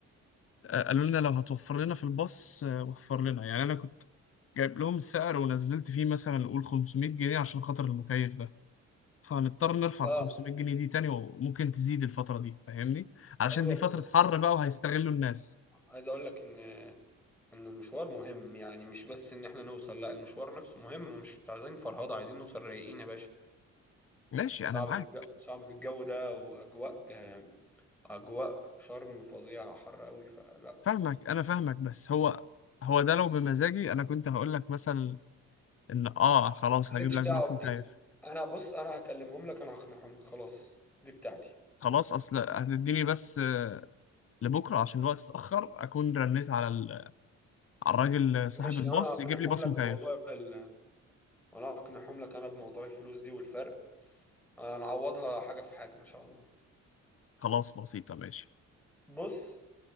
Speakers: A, on the left; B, in the centre.
A: آه، قالوا لنا لو هتوفر لنا في الباص آه، وفر لنا يعني انا كنت جايب لهم السعر ونزلت فيه مثلا نقول 500 جنيه عشان خاطر المكيف ده فهنضطر نرفع
B: اه
A: ال 500 جنيه دي تاني وممكن تزيد الفتره دي فاهمني عشان
B: ايوه
A: دي
B: بص
A: فتره حر بقى وهيستغلوا الناس
B: عايز اقول لك ان ان المشوار مهم يعني مش بس ان احنا نوصل لا المشوار نفسه مهم ومش عايزين فرهضة عايزين نوصل رايقين يا باشا
A: ماشي
B: صعب
A: انا معاك
B: في الجو صعب في الجو ده واجواء آه، اجواء شرم فظيعة حر قوي فلا
A: فاهمك انا فاهمك بس هو هو ده لو بمزاجي انا كنت هقول لك مثلا ان اه خلاص
B: مالكش
A: هجيب لك
B: دعوة
A: باص مكيف
B: بدي انا بص انا هكلمهم لك انا هقنعهم لك خلاص دي بتاعتي
A: خلاص اصل هتديني بس آه، لبكره عشان الوقت اتاخر اكون رنيت على ال... على الراجل صاحب
B: ماشي
A: الباص
B: انا هقنعهم
A: يجيب لي باص
B: لك
A: مكيف
B: بموضوع ال... انا هقنعهم لك انا بموضوع الفلوس دي والفرق هنعوضها حاجة في حاجة ان شاء الله
A: خلاص بسيطه ماشي
B: بص